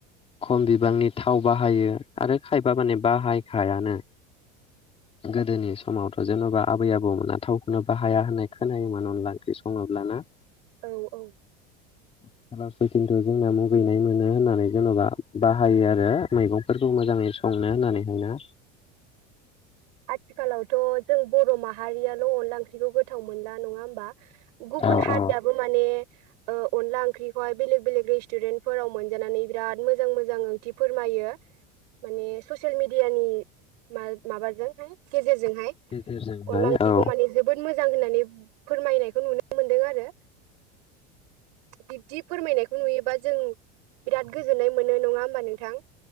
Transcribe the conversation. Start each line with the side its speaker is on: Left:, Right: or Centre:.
Left: खमबि बिबांनि थाव बाहायो आरो खायफा माने बाहायखायानो।
Right: <inaudible>
Left: गोदोनि समावथ जेनबा आबै आबौमोना थावखौनो बाहाया होननाय खोनायोमोन अनला ओंख्रि सङोब्ला ना?
Right: औ औ।
Left: <unintelligible> मुगैनाय मोनो होननानै जेनबा बाहायो आरो मैगंफोरखौ मोजाङै संनो होननानैहायना।
Right: <inaudible> आथिखालावथ जों बर' माहारियाल' अनला ओंख्रिखौ गोथाव मोनला नङा होमबा? गुबुन
Left: औ
Right: हारियाबो
Left: औ
Right: माने अनला ओंख्रिखौहाय बेलेक बेलेक रेस्टुरेन्टफोराव मोनजानानै बिराद मोजां मोजां ओंथि फोरमायो माने ससियेल मिडियानि गेजेरजों हाय
Left: गेजेरजोंहाय
Right: अनला ओंख्रिखौ
Left: औ
Right: माने जोबोर मोजां मोजां होननानै फोरमायनायखौ नुनो मोनदों आरो बिब्दि फोरमायनायखौ नुयोबा जों बिराद गोजोननाय मोनो नङा होनबा नोंथां